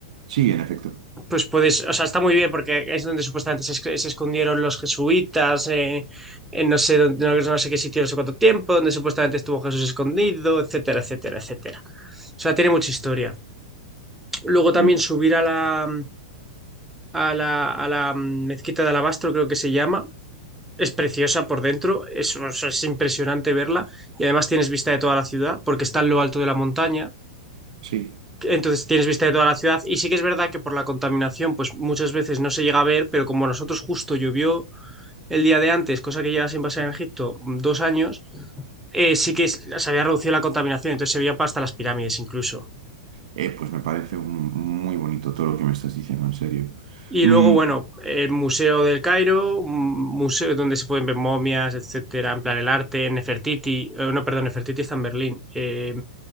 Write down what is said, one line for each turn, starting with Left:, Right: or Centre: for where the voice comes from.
Right: Sí, en efecto.
Centre: Pues puedes, o sea, está muy bien porque es donde supuestamente se, esc- se escondieron los jesuitas, eh, en no sé dónde- no, no sé qué sitio, no sé cuánto tiempo, donde supuestamente estuvo Jesús escondido, etcétera, etcétera, etcétera. O sea, tiene mucha historia. Luego también
Right: Pues
Centre: subir a la, a la, a la mezquita de Alabastro, creo que se llama. Es preciosa por dentro, es, o sea, es impresionante verla y además tienes vista de toda la ciudad porque está en lo alto de la montaña.
Right: sí.
Centre: Entonces tienes vista de toda la ciudad y sí que es verdad que por la contaminación pues muchas veces no se llega a ver, pero como a nosotros justo llovió el día de antes, cosa que lleva sin pasar en Egipto mm, dos años, eh, sí que es- se había reducido la contaminación, entonces se veía hasta las pirámides incluso.
Right: Eh, pues me parece un- muy bonito todo lo que me estás diciendo, en serio.
Centre: Y
Right: Mm,
Centre: luego, bueno, el Museo del Cairo, un museo donde se pueden ver momias, etcétera, en plan el arte, Nefertiti, eh, no, perdón, Nefertiti está en Berlín, eh,